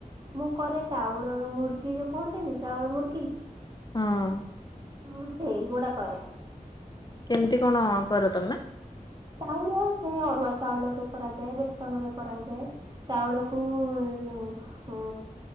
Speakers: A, on the right; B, on the left.
A: ମୁଁ କରେ ଚାଉଳ ମୁର୍କି ଯୋଉ କୁହନ୍ତିନି ଚାଉଳ ମୁଡକି
B: ହଁ।
A: ହଁ ସେଇଗୁଡା କରେ।
B: କେମିତି କଣ କର ତମେ?
A: ଚାଉଳ ସେ ଅରୁଆ ଚାଉଳରେ କରାଯାଏ ବେସନ୍ ରେ କରାଯାଏ ଚାଉଳ କୁ ଏଇଯଉ ଉ